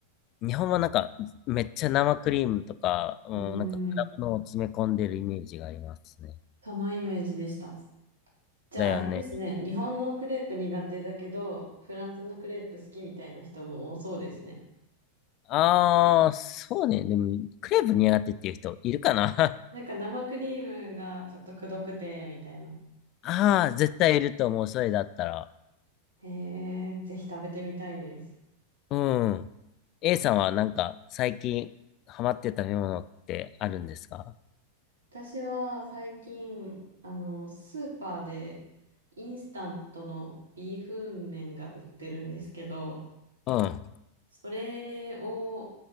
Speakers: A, on the left (about 35°); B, on the right (about 70°).
A: 日本はなんか、めっちゃ生クリームとか、うん、
B: うーん
A: なんか果物を詰め込んでるイメージがありますね。
B: そのイメージでした。じゃああれですね、
A: だよね。
B: 日本のクレープ苦手だけど、フランスのクレープ好きみたいな人も多そうですね。
A: ああ、そうね。でも、クレープ苦手っていう人いるかな
B: なんか生クリームがちょっとくどくて、みたいな。
A: <laughs> ああ、絶対いると思う。それだったら。
B: へえ、ぜひ食べてみたいです。
A: うん。A さんはなんか最近ハマってた食べ物ってあるんですか
B: 私は最近、あの、スーパーでインスタントのビーフン麺が売ってるんですけど、
A: うん。
B: それを